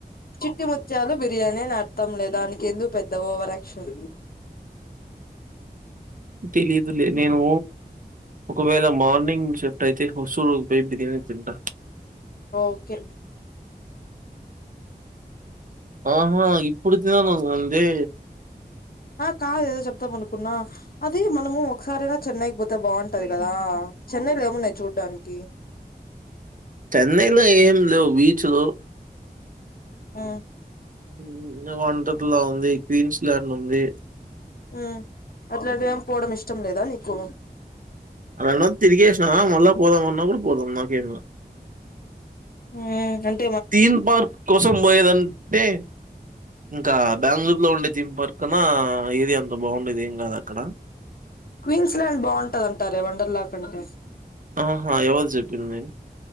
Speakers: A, on the left; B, on the right.
A: చిట్టి ముత్యాలు బిర్యానీ అని అర్థం లే దానికి ఎందుకు పెద్ద ఓవరాక్షన్.
B: తెలీదులే నేను ఒకవేళ మార్నింగ్ చెప్ అయితే హొసూరు బె బిర్యాని తింటా.
A: ఓకే
B: ఆహా ఇప్పుడు తినాలని ఉంది
A: ఆ కాదు ఏదో చెప్తాం అనుకున్న అది మనము ఒకసారైనా చెన్నైకి పోతే బాగుంటది కదా చెన్నైలు ఏమున్నాయి చూడ్డానికి
B: చెన్నైలో ఏం లేవు బీచ్‌లు.
A: ఆ
B: ఊ వండర్ లా ఉంది క్వీన్స్ ల్యాండ్ ఉంది
A: ఉ అలాంటి ఏమి పోవడం ఇష్టం లేదా నీకు
B: అడ తిరిగేష్ట మళ్ళ పోదం అన్నప్పుడు పోదం నాకెం
A: ఊ అం
B: థీన్ పార్క్ కోసం పోయేదంటే ఇంకా బెంగళూరు లో ఉండే థీన్ పార్క్ అక్కన ఏది అంత బాగుండేది ఏం కాదక్కడ
A: క్వీన్స్ లాండ్ బాగుంటదంటారె వండర్ లా కంటే
B: ఆహా ఎవరు చెప్పింది